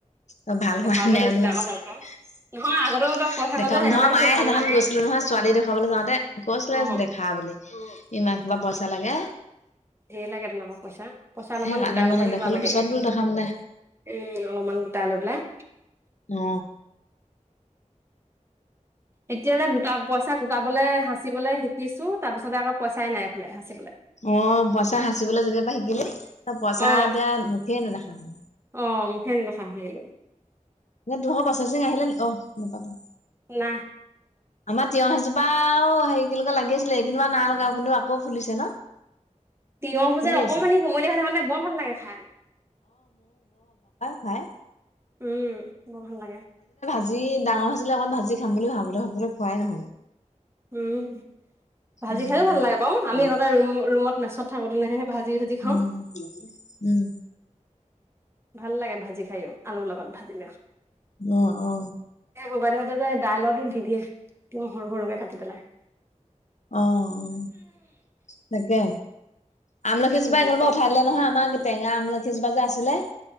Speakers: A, on the left; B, on the right.
A: অ ভাল
B: দেখাব
A: হোৱা নাই
B: লাগিছিলে
A: বুলি
B: আকৌ
A: সুধিছো।
B: ডক্তৰক
A: <unintelligible>
B: নহয় আগতেও তই কৈ থাক
A: দেখাম
B: যে সেইকাৰণে
A: নহয়
B: কৈছো
A: মায়ে
B: ভাল
A: সেইদিনাখন
B: নাই হোৱা
A: গৈছিলো
B: বুলি।
A: নহয় ছোৱালী দেখুৱাবলৈ যাওঁতে গৈছিলে
B: অ
A: দেখা বুলি। <unintelligible> ইমান হোপা পইচা লাগে।
B: ধেৰ লাগে তোমাকো পইচা। পইচা অলপমান
A: সেইকাৰণে
B: গোটা
A: মই
B: ল'ব
A: নেদেখালো
B: ল যোৱা গতিকে।
A: পিছত
B: <unintelligible>
A: বোলো দেখাম দে
B: উম অলপমান গোটেই লৈ পেলাই।
A: অ।
B: এতিয়ালে গোটা পইচা গোটাবলে হাঁচিবলে শিকিছো। তাৰপিছতে আকৌ পইচাই নাই এইফালে। <unintelligible>
A: অ পইচা সাঁচিবলৈ যেতিয়াবা শিকিলি। ত পইচা
B: অ
A: এতিয়া মুখে নেদেখা হলো।
B: অ মূখে নেদেখা হৈ থাকিলে।
A: অ তহৰ প্ৰচেচিং আহিলে নি অহ নাপাতো।
B: নাই
A: আমাৰ তিয়হ এজোপাও হেৰিকেলেকে লাগি আছিলে এ কেনোবা না লগা কিন্তু আকৌ ফুলিছে ন।
B: <unintelligible> তিঁয়হ
A: ফুলি
B: যে অকমানি
A: আছে
B: কোমলিয়া হৈ থাকোতে বৰ ভাল লাগে খাই।
A: খায়।
B: উম। বৰ ভাল লাগে।
A: ভাজি ডাঙৰ হৈছিলে অকণ ভাজি খাম বুলি ভাবিলো ভাবিলো খোৱাই নহ'ল।
B: উম ভাজি
A: উম
B: খাইও ভাল লাগে বাউ। আমি আগতে ৰুম ৰুমত মেচত থাকো তেনেকেহে ভাজি ভাজি খাওঁ
A: উম উম।
B: ভাল লাগে ভাজি খাইও আলু লগত ভাজিলেও।
A: অ অ।
B: সৰুবাইদেউ হতে দালটো দি দিয়ে। সৰু সৰুকে কাটি পেলাই।
A: অ অ তাকে আমলখিজোপা
B: ভালে
A: কোনোবা
B: লাগে
A: উঠাই দিলে নহয় আমাৰ টেঙা আমলখি জোপা যে আছিলে